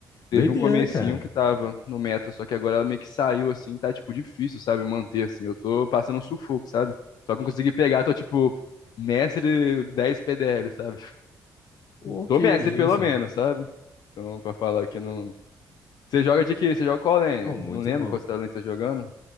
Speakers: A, on the left; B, on the left.
A: Teve
B: Doideira,
A: um comecinho
B: cara.
A: que tava no meta, só que agora ela meio que saiu assim, tá tipo difícil, sabe, manter assim. Eu tô passando um sufoco, sabe? Só que eu consegui pegar, tô tipo mestre 10 PDL, sabe?
B: O
A: Tô
B: que
A: mestre
B: é isso?
A: pelo menos, sabe? Então, pra falar que não. Você joga de quê? Você joga qual lane?
B: Pô, muito
A: Não lembro
B: mal.
A: qual lane você tá jogando.